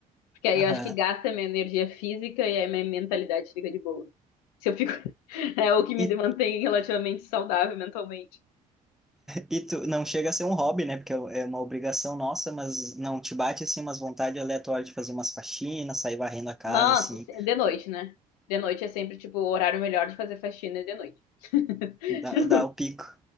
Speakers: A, on the left (about 80°); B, in the centre.
A: Porque aí
B: Aham.
A: eu acho que gasta minha energia física e aí minha mentalidade fica de boa. Se eu fico, <laughs> é o que me
B: E
A: mantém relativamente saudável mentalmente.
B: E tu não chega a ser um hobby, né? Porque é uma obrigação nossa, mas não te bate assim umas vontades aleatórias de fazer umas faxinas, sair varrendo a casa,
A: Nossa,
B: assim,
A: se- de noite, né? De noite é sempre, tipo, o horário melhor de fazer faxina é de noite. <laughs>
B: dá, dá o pico.